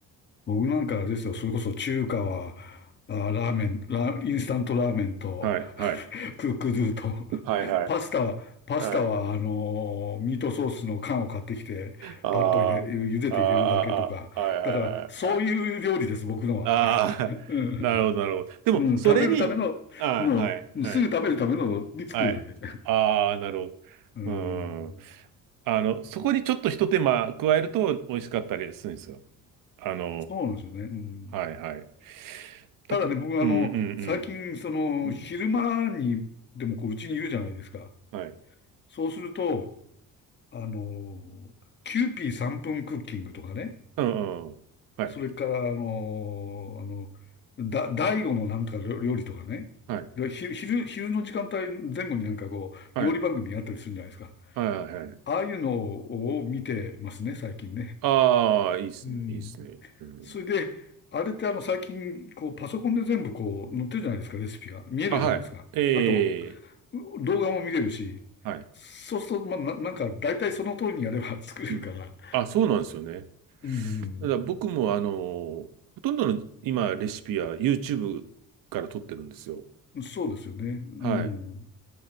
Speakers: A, on the left; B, on the right.
A: 僕なんかあれですよ、それこそ中華は、あ、ラーメン、ラ、インスタントラーメンと、
B: はい、はい。
A: <laughs> クックドゥと、
B: はいはい。
A: パスタは、パスタは、
B: はい。
A: あのーミートソースの缶を買ってきて、
B: あ
A: パッと入れ、茹でて入れるだけとか。
B: あ、ああ、ああ、はいはいはいはい。
A: だから、そういう料理です、僕のは。
B: ああ、
A: <laughs> うん、
B: なるほど、なるほど。でも、
A: うん食べるための、
B: それに、ああ、
A: もう、
B: はい、はい、
A: すぐ食べるためのに作るだけ。
B: はい。ああ、なるほど。
A: うん、
B: うん。あの、そこにちょっとひと手間加えると美味しかったりするんですよ。あの
A: そうなんですよね。うん
B: ーはい、はい。
A: ただね、
B: だって、
A: 僕あの、
B: うん、うん、
A: 最近、その、
B: うん、うん。
A: 昼間に、でもこう、うちにいるじゃないですか。
B: はい。
A: そうすると、あの、キューピー3分クッキングとかね、
B: うん、うん。はい、
A: それから、あの、あの、だ、第五のなんとか料料理とかね、
B: はい、
A: でひ昼、昼の時間帯前後になんかこう、
B: はい、
A: 料理番組やったりするんじゃないですか。
B: はい、はい。
A: ああいうのを見てますね、最近ね。
B: ああ、いいっすね、
A: うん。
B: いいっすね。うん
A: それで、あれってあの、最近、こう、パソコンで全部こう、載ってるじゃないですか、レシピが。見えるじゃないですか。
B: あ、はい。ええ、
A: あと、う動画も見れるし、
B: はい。
A: そうすると、まあ、な、なんか、大体その通りにやれば <laughs> 作れるから、
B: うん。あ、そうなんですよね。
A: うん、
B: ただ僕もあの、ほとんどの今レシピは YouTube から撮ってるんですよ。
A: うんそうですよね。うん。
B: はい。